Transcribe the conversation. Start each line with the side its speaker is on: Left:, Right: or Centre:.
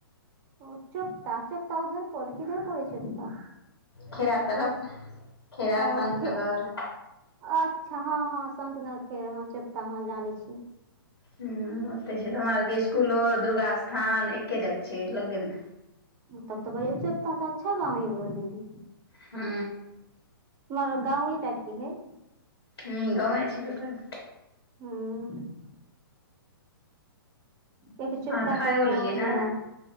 Right: ओ चोप्ता चोप्ता उधर पड़ै किधर पड़ै छै चोप्ता?
Left: खेरा तरफ खेरा
Right: ओ
Left: सन्तनगर।
Right: खे अच्छा हँ हँ संतनर खेर हँ चोप्ता हँ जानै छियै।
Left: हूं ओतै छै तऽ हमरा आरके स्कूलो दुर्गा स्थान एक्के जग छै लगे में।
Right: तब तऽ बड़ी चोप्ता तऽ अच्छा गाँव है यै भो दीदी।
Left: हँ।
Right: हमर गाँवे टाइपके है।
Left: हूं गाँवे छेब्बे करै।
Right: हँ। एक चोप्ता
Left: अहाँ खाइयो
Right: के एगो
Left: लेलियै
Right: होइ
Left: ने
Right: न